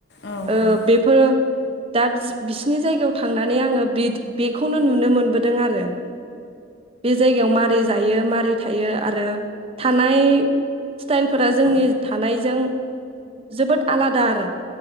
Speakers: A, on the left (about 55°); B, on the right (about 30°).
A: औ मोनो
B: ओ बेफ <unintelligible> दा बिसिनि जायगायाव थांनानै आङो बेखौनो नुनो मोनबोदों आरो बे जायगायाव मारै जायो मारै थायो आरो थानाय स्टाइलफोरा जोंनि
A: औ
B: थानायजों जोबोद आलादा आरो